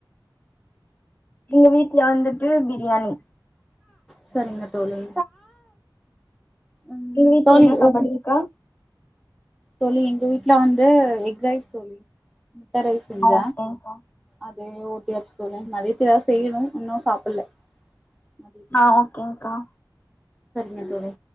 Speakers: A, on the left; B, in the centre.
A: எங்க வீட்ல வந்துட்டு பிரியாணி
B: சரிங்க தோழி ம்
A: எங்க வீட்ல
B: தோழி
A: என்ன சாப்பாடுங்க்கா
B: உ தோழி எங்க வீட்ல வந்து எக் ரைஸ் தோழி முட்ட ரைஸ் செஞ்ச
A: ஆ ஓகேங்க்கா
B: அதே ஓட்டியாச்சு தோழி மதியத்து ஏதாவது செய்யணு இன்னு சாப்பல்ல மதியத்துக்கு
A: ஆ ஓகேங்க்கா
B: சரிங்க தோழி